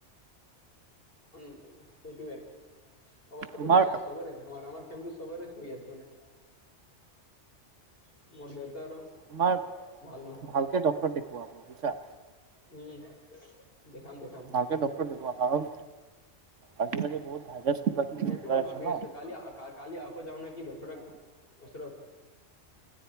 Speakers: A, on the left; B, on the right.
A: উম সেইটোৱে। অৱস্থাটো
B: তোমাৰ
A: বেয়া চবৰে আমাৰ ফেমেলি চবৰে হৈ আছে মানে। মোৰ বেটাৰ
B: আমাৰ
A: ভাল নহয়।
B: ভালকে ডক্টৰ দেখুৱা বুজিছা?
A: উম দেখাম দেখাম
B: ভালকে
A: সেইটো।
B: ডক্টৰ দেখুৱা কাৰণ আজিকালি বহুত <unintelligible>
A: সেইটো মই
B: আছে
A: ভাবি
B: ন
A: আছো কালি কালি আকৌ যাওঁ নেকি ডক্টৰৰ ওচৰত।